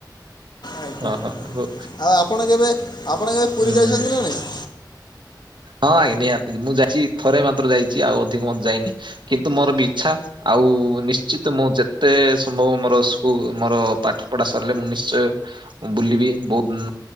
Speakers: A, on the left; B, on the right.
A: ଆଜ୍ଞା
B: ହଁ- ହଁ ହଉ।
A: ଆଉ ଆପଣ କେବେ, ଆପଣ କେବେ ପୁରୀ
B: ହୁଁ
A: ଯାଇଛନ୍ତି
B: ହୁଁ
A: ନା ନାଇଁ?
B: ହଁ ଆଜ୍ଞା ନିହାତି ମୁଁ ଯାଇଛି ଥରେ ମାତ୍ର ଯାଇଛି, ଆଉ ଅଧିକ <unintelligible> ଯାଇନି କିନ୍ତୁ ମୋର ବି ଇଚ୍ଛା ଆଉ ନିଶ୍ଚିତ ମୁଁ ଯେତେ ସମ୍ଭବ ମୋର ସ୍କୁ ମୋର ପାଠ ପଢା ସରିଲେ, ମୁଁ ନିଶ୍ଚୟ ମୁଁ ବୁଲିବି, ବହୁତ